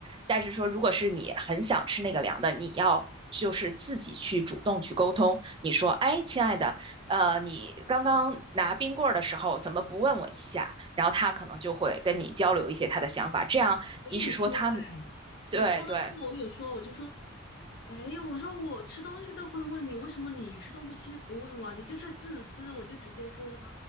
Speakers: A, on the right; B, on the left.
A: 但是说，如果是你很想吃那个凉的，你要就是自己去主动去沟通。你说，哎，亲爱的，呃，你刚刚拿冰棍儿的时候怎么不问我一下？然后他可能就会跟你交流一些他的想法，这样即使说他
B: 我有说哎，你说的这个我有说，
A: 对对
B: 我就说，哎，我说我吃东西都会问你，为什么你吃东西不问我？你就是自私，我就直接说他